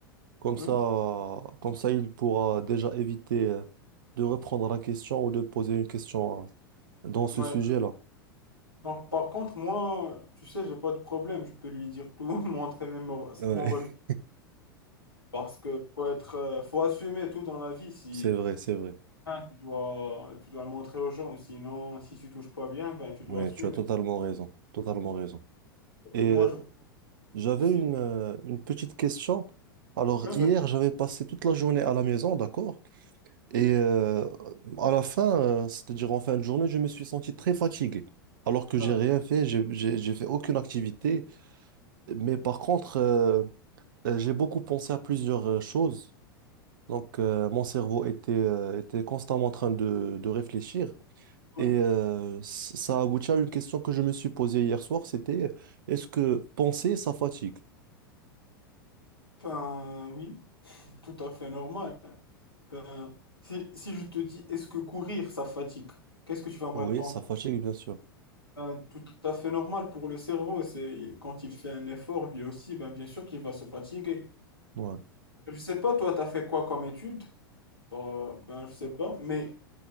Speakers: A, on the right (about 60°); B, on the left (about 80°).
A: Comme
B: oui.
A: ça, comme ça, il pourra déjà éviter, euh, de reprendre la question ou de poser une question, euh, dans ce
B: Ouais.
A: sujet-là.
B: Donc, par contre, moi, tu sais, j'ai pas de problème. Je peux lui dire tout, <laughs> montrer même mon
A: Ouais.
B: mon relevé. Parce que faut être, euh, faut assumer tout dans la vie.
A: <laughs>
B: Si
A: C'est vrai, c'est vrai.
B: hein, tu dois, tu dois le montrer aux gens. Sinon, si tu touches pas bien, ben, tu dois
A: Ouais,
B: assumer.
A: tu as totalement raison, totalement raison.
B: Et pour
A: Et
B: moi,
A: euh,
B: je vois pas
A: J'avais
B: de souci.
A: une, euh, une petite question. Alors,
B: Ouais,
A: hier,
B: bah,
A: j'avais passé toute la journée à la maison, d'accord? Et euh, à la fin, euh, c'est-à-dire en fin de journée, je me suis senti très fatigué. Alors que
B: d'accord,
A: j'ai rien fait, j'ai j'ai- j'ai fait aucune activité. Mais par contre, euh, euh, j'ai beaucoup pensé à plusieurs euh, choses. Donc, euh, mon cerveau était, euh, était constamment en train de, de réfléchir.
B: ouais.
A: Et euh, c- ça aboutit à une question que je me suis posée hier soir, c'était euh, est-ce que penser, ça fatigue?
B: Ben, oui, tout à fait normal. Ben, si, si je te dis, est-ce que courir, ça fatigue? Qu'est-ce que tu vas me
A: Oui,
B: répondre?
A: ça fatigue, bien sûr.
B: Ben, tout à fait normal pour le cerveau. C'est quand il fait un effort, lui aussi, ben, bien sûr qu'il va se fatiguer.
A: Ouais.
B: Je sais pas, toi, tu as fait quoi comme étude? Euh, ben, je sais pas, mais